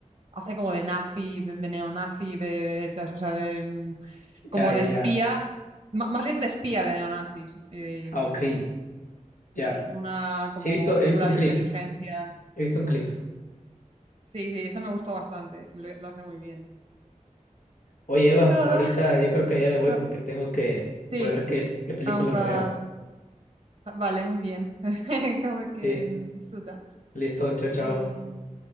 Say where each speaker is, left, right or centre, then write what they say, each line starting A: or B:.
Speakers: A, on the right; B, on the left.
A: hace como de nazi, de, de neonazi, de derechas, o sea, de, mm,
B: Ya,
A: como
B: ya,
A: de espía,
B: ya.
A: ma- más bien de espía de neonazis, eh,
B: Ah,
A: mm,
B: ok. Ya.
A: en una como
B: Sí, he visto, he
A: célula
B: visto un
A: de
B: clip.
A: inteligencia.
B: He visto un clip.
A: Sí, sí, eso me gustó bastante, lo, lo hace muy bien.
B: Oye, Eva,
A: Y nada.
B: ahorita yo creo que ya me voy
A: ah,
B: porque tengo que, voy
A: Sí,
B: a ver qué, qué película
A: vamos
B: me
A: a...
B: veo.
A: Vale, muy bien. <laughs> cabra que,
B: Sí.
A: mm, disfruta.
B: Listo, chao, chao.
A: Eh,